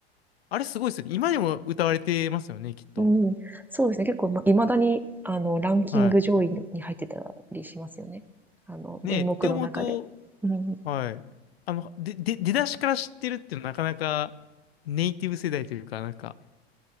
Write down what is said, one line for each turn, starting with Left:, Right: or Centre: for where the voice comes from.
Left: あれすごいですよね。今でも歌われてますよね、きっと。
Centre: うん。そうですね。結構、ま、未だに、あの、ランキング上位に入ってたりしますよね。
Left: は
Centre: あの、電目の中で。
Left: い。ねえ、って思うと、
Centre: うん。
Left: はい。あの、で、で、出だしから知ってるっていうのはなかなかネイティブ世代というか、なんか、